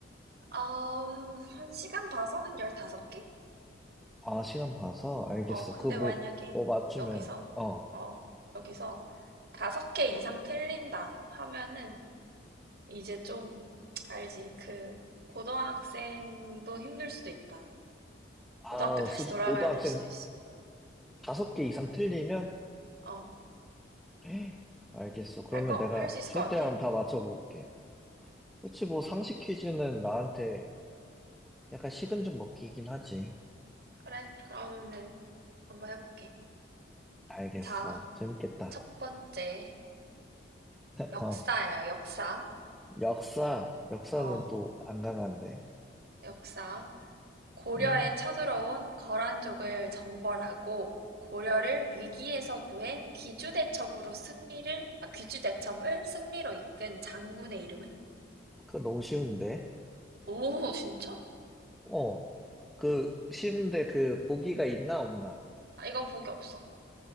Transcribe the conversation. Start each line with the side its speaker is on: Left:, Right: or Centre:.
Right: 아, 한 시간 봐서 한 15개?
Centre: 아, 시간 봐서? 알겠어.
Right: 어, 근데
Centre: 그 뭐,
Right: 만약에
Centre: 뭐 맞추면,
Right: 여기서,
Centre: 어.
Right: 어, 여기서 5개 이상 틀린다 하면은 이제 좀 알지. 그 고등학생도 힘들 수도 있다.
Centre: 아,
Right: 고등학교 다시
Centre: 수준,
Right: 돌아가야
Centre: 고등학생
Right: 될 수도 있어.
Centre: 다섯 개 이상 틀리면?
Right: 어,
Centre: 에이, 알겠어. 그러면
Right: 할 거,
Centre: 내가
Right: 할 수 있을
Centre: 최대한
Right: 것 같아?
Centre: 다 맞춰볼게. 혹시 뭐, 상식 퀴즈는 나한테 약간 식은 죽 먹기긴 하지.
Right: 그래, 그러면은 한번 해볼게.
Centre: 알겠어.
Right: 자,
Centre: 재밌겠다.
Right: 첫 번째 역사야,
Centre: 어.
Right: 역사.
Centre: 역사, 역사는
Right: 어,
Centre: 또 안 강한데.
Right: 역사. 고려에
Centre: 음,
Right: 쳐들어온 거란족을 정벌하고 고려를 위기에서 구해 귀주대첩으로 승리를, 아, 귀주대첩을 승리로 이끈 장군의 이름은?
Centre: 그거 너무 쉬운데.
Right: 오, 진짜?
Centre: 어, 그, 쉬운데 그, 보기가 있나 없나?
Right: 아, 이건 복이 없어.